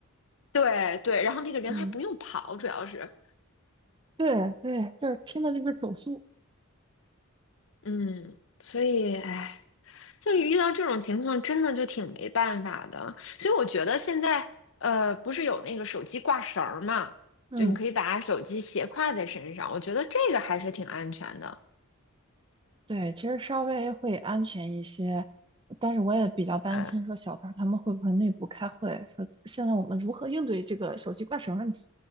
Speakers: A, on the left; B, on the right.
A: 对对，然后那个人还不用跑，
B: 嗯，
A: 主要是，
B: 对对，就是拼的就是手速。
A: 嗯，所以，哎，就遇到这种情况，真的就挺没办法的。所以我觉得现在，呃，不是有那个手机挂绳儿嘛，
B: 嗯。
A: 就你可以把手机斜挎在身上，我觉得这个还是挺安全的。
B: 对，其实稍微会安全一些，但是我也比较担心说小团他们会不会内部开会，
A: 哎，
B: 说现在我们如何应对这个手机挂绳问题，